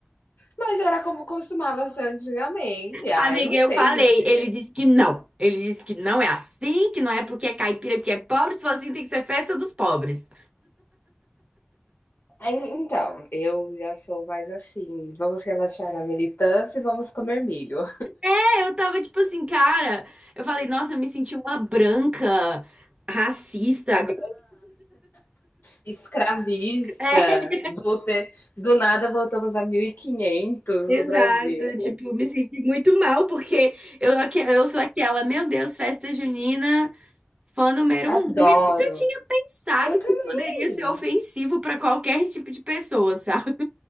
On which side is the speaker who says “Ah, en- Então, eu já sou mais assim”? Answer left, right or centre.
Left